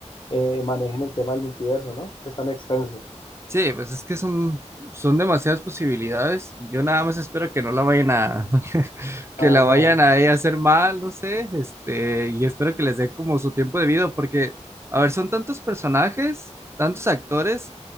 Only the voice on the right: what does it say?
Sí, pues es que son, son demasiadas posibilidades. Yo nada más espero que no la vayan a, <laughs> que
la vayan a ella hacer mal, no sé, este, y espero que les dé como su tiempo debido, porque, a ver, son tantos personajes, tantos actores,